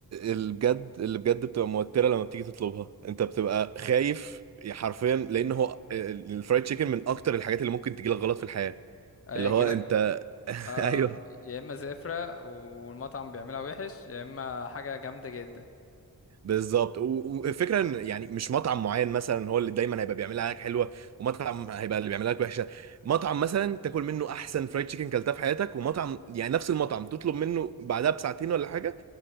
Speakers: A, on the right; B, on the left.
A: اللي بجد اللي بجد بتبقى موتره لما بتيجي تطلبها انت بتبقى خايف حرفيا لان هو ال- الفرايد تشيكن من اكتر الحاجات اللي ممكن تجيلك غلط في الحياه
B: هيجي
A: اللي هو انت
B: لك
A: <laughs>
B: آه
A: ايوه
B: يا اما زفرة والمطعم بيعملها وحش يا اما حاجة جامدة جدا
A: بالظبط و- والفكره ان يعني مش مطعم معين مثلا هو اللي دايما هيبقى بيعملها لك حلوه ومطعم هيبقى اللي بيعملها لك وحشه مطعم مثلا تاكل منه احسن فرايد تشيكن كلتها في حياتك ومطعم يعني نفس المطعم تطلب منه بعدها بساعتين ولا حاجه